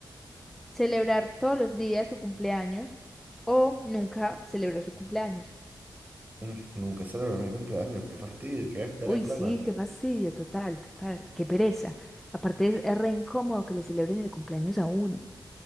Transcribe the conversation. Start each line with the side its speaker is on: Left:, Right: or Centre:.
Centre: ¿Celebrar todos los días su cumpleaños o nunca celebrar su cumpleaños?
Right: Mm, Nunca celebrar mi cumpleaños, qué fastidio, qué gastera
Centre: Uy,
Right: de plata.
Centre: sí, qué fastidio, total, total, qué pereza. Aparte es, es re incómodo que le celebren el cumpleaños a uno,